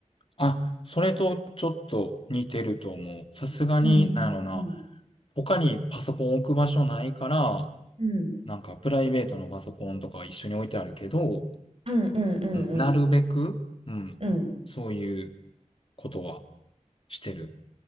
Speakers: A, on the left (about 45°); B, on the right (about 50°).
A: あ、それとちょっと似てると思う。さすがに、
B: うんう
A: なんやろな。
B: ん
A: 他にパソコン置く場所ないから、
B: うん。うん。
A: なんかプライベートのパソコンとかは一緒に置いてあるけど、
B: うんうんうんうん
A: うん。なるべく、うん、
B: うん
A: そういうことはしてる。